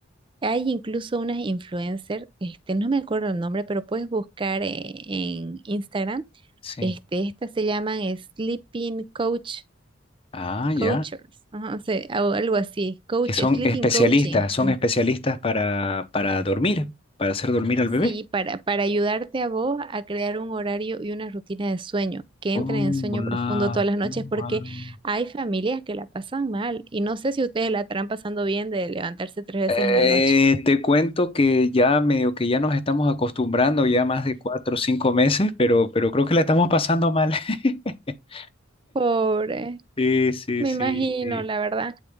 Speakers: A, on the right; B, on the left.
A: hay incluso unas influencers, este, no me acuerdo el nombre, pero puedes buscar eh, en Instagram,
B: sí.
A: este, estas se llaman Sleeping Coach
B: Ah, ya.
A: Coachers, ajá, o sea, o algo así, coach,
B: que son
A: sleeping
B: especialistas,
A: coaching,
B: son
A: ah,
B: especialistas para, para dormir, para hacer dormir al
A: sí,
B: bebé.
A: para, para ayudarte a vos a crear un horario y una rutina de sueño, que
B: Oh,
A: entren en sueño
B: wow,
A: profundo todas las noches, porque
B: wow.
A: hay familias que la pasan mal y no sé si ustedes la estarán pasando bien de levantarse tres veces
B: Eh,
A: en la noche.
B: te cuento que ya medio que ya nos estamos acostumbrando ya más de cuatro o cinco meses, pero, pero creo que la estamos pasando mal. <laughs>
A: Pobre,
B: Sí, sí,
A: me
B: sí,
A: imagino,
B: sí.
A: la verdad.